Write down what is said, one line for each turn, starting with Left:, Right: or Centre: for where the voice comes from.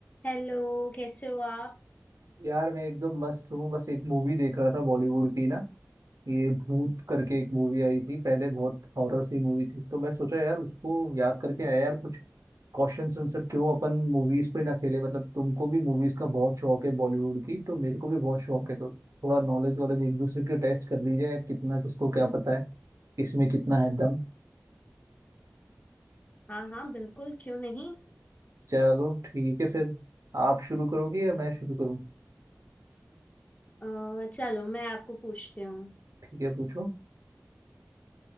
Left: Hello कैसे हो आप
Right: यार मैं एकदम मस्त हूँ बस एक मूवी देख रहा था बॉलीवुड की ना ये भूत करके एक मूवी आई थी पहले बहुत हॉरर सी मूवी थी तो मैं सोचा यार उसको याद करके आया यार कुछ क्वेश्चन आंसर क्यों अपन मूवीज पे ना खेले मतलब तुमको भी मूवीज का बहुत शौक है बॉलीवुड की तो मेरे को भी बहुत शौक है तो थोड़ा नॉलेज वॉलेज एक दूसरे की टेस्ट कर ली जाए कितना किसको क्या पता है किसमें कितना है दम
Left: हाँ हाँ बिल्कुल क्यों नहीं
Right: चलो ठीक है फिर आप शुरू करोगी या मैं शुरू करूँ
Left: अ, चलो मैं आपको पूछती हूँ
Right: ठीक है पूछो